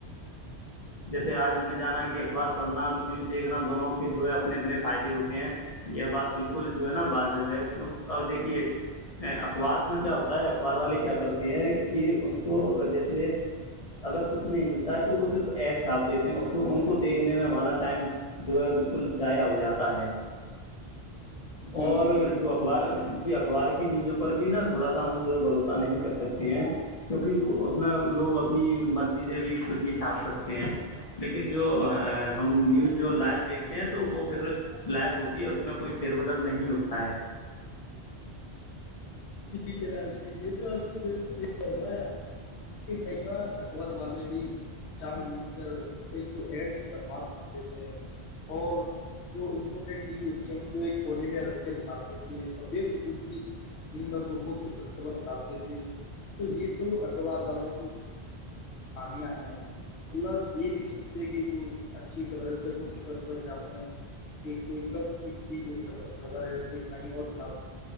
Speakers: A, on the left; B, on the left.
A: جیسے آج ہم نے جانا کہ اخبار پڑھنا نیوز دیکھنا دونوں کے جو ہے اپنے اپنے فائدے ہوتے ہیں یہ بات بالکل جو ہے نا واازب ہے کی ا دیکھیے اخبار میں کیا ہوتا ہے اخبار والے کیا کرتے ہیں کہ ان کو جیسے اگر کچھ نہیں ملتا ہے تو وہ صرف ایڈ چھاپ دیتے ہیں ان کو دیکنے میں ہمارا ٹائم جو ہے بالکل ضاائع ہو جاتا ہے
B: جی
A: اور
B: جی
A: جو اخبار جی اخبار کی نیوزوں پر بھی نا تھوڑا سا ہم جو ہے بھروس نہیں کر سکتی ہیں کیونکہ ا میں لوگ اپنی مرضی سے بھی کچھ بھی چھاپ سکتے ہیں لیکن جو ہم نیوز جو لائو دیکھتے ہیں تو وہ پھر سلائب ہوتی ہے اس میں کوئی فیر بدل نہیں ہو پا ہے
B: جی جناب جی یہ تو آپ نے بالکل ہو رہا ار کئی بار اخبار والے بھی جام مٹ کر ایک تو ایڈ بھی برباد کھاند دیتے ہیں اور جو امپورٹینٹ نیڈ ہوتی ہم کو ایک کونے میں رکھ کر چھاپتے تھے اور بے فجل کی انینوں کو مک پرٹب سپ دی تھے تو یہ تو اخبار والوں کی خابی ہیں ملہ یہ نہیں سوچتے کہ جو اچھی خبر ہے اسے بھک کے پس چھاپے ہیں کہ کوئی کم قیمتی جو خبر ہے اسے کہیں اور چھاپ ل